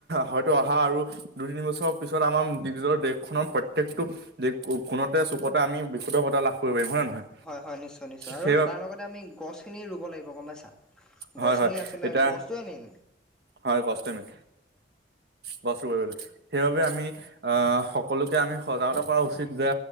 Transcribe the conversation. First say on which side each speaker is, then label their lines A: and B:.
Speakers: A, on the right (about 65°); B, in the centre.
A: হয়তো অহা আৰু দুই তিনি বছৰ পিছত আমাৰ নিজৰ দেশখনৰ প্ৰত্যেকটো দেশ ফোনতে চুকত আমি বিশুদ্ধত লাভ কৰিব পাৰিম হয় নে নহয়?
B: হয় হয় নিশ্চয় নিশ্চয় আৰু
A: সেই
B: তাৰ লগতে আমি গছখিনি ৰুব লাগিব গম পাইছা
A: হয়
B: গছখিনি
A: হয়
B: আচলতে
A: এতিয়া
B: গছটোৱে নিন
A: হয় কষ্ট মে কষ্ট কৰিব সেইবাবে
B: উম,
A: আমি আহ সকলোকে আমি সজাগতা কৰা উচিত যে